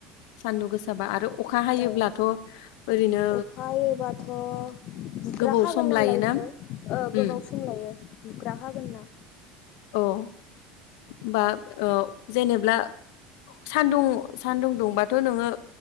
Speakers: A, on the left; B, on the left.
A: सान्दुं गोसाबा आरो अखा हायोब्लाथ'
B: औ
A: ओरैनो
B: अखा हानायोबाथ बुख्राखागोन
A: गोबाव सम
B: नालाय
A: लायोना
B: बेखौ
A: उम
B: गोबाव सम लायो बुख्राखागोनना
A: औ होमबा औ जेनेब्ला सानदुं सानदुं दुंबाथ' नोङो